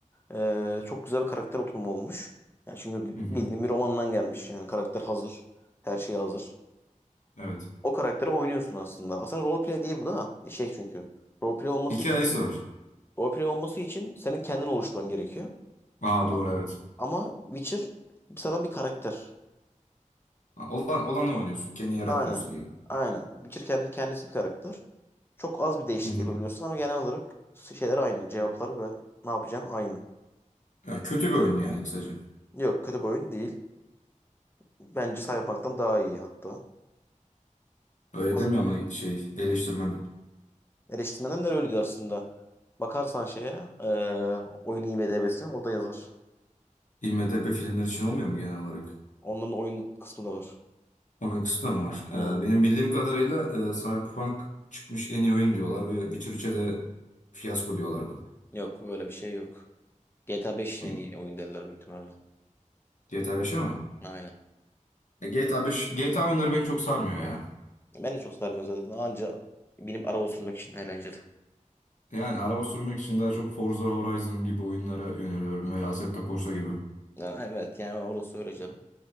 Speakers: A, on the left; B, on the left.
A: e, çok güzel bir karakter oturumu olmuş. Yani çünkü bi-
B: Hı hı.
A: bildiğin bir romandan gelmiş yani karakter hazır. Her şey hazır.
B: Evet.
A: O karakteri oynuyorsun aslında. Aslında roleplay değil bu da. Şey çünkü. Roleplay olması
B: Hikayesi
A: için
B: var.
A: roleplay olması için senin kendin oluşturman gerekiyor.
B: Aa
A: Ama,
B: doğru evet.
A: ama Witcher sıradan bir karakter.
B: Ha, Olan olanı oynuyorsun. Kendi yaratmıyorsun
A: Aynen.
B: yani.
A: Aynen. Witcher kendi kendisi bir karakter. Çok az bir değişiklik
B: Hı hı.
A: yapabiliyorsun ama genel olarak şeyler aynı. Cevaplar ve ne yapacağın aynı.
B: Ya, kötü bir oyun yani kısaca.
A: Yok kötü bir oyun değil. Bence Cyberpunk'tan daha iyi hatta.
B: Öyle
A: As-
B: demiyor ama şey eleştirmen.
A: Eleştirmenler de öyle diyor aslında. Bakarsan şeye eee oyun IMDb'sine orada yazar.
B: IMDb filmler için olmuyor mu genel olarak?
A: Onların oyun kısmı da var.
B: Oyun kısmı da mı var?
A: Hı hı.
B: Ee, benim bildiğim kadarıyla e, Cyberpunk çıkmış en iyi oyun diyorlar ve Witcher 3'e de fiyasko diyorlardı.
A: Yok öyle bir şey yok. GTA 5'in
B: Hı.
A: en iyi oyun derler büyük ihtimalle.
B: GTA 5'e mi?
A: Aynen.
B: E, GTA 5, GTA oyunları beni çok sarmıyor ya.
A: Ben de çok sarmıyor zaten. Anca benim araba sürmek için eğlenceli.
B: Yani araba sürmek için daha çok Forza Horizon gibi oyunlara yöneliyorum veya Assetto Corsa gibi.
A: Ya, evet yani orası öyle canım.